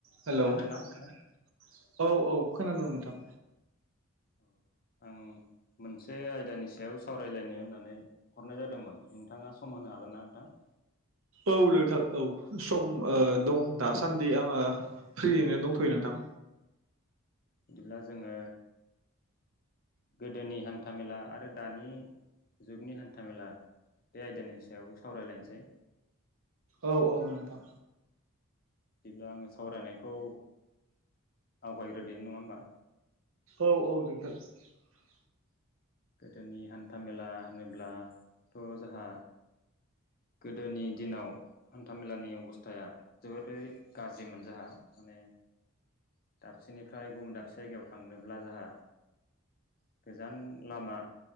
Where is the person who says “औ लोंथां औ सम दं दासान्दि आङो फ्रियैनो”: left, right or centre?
Right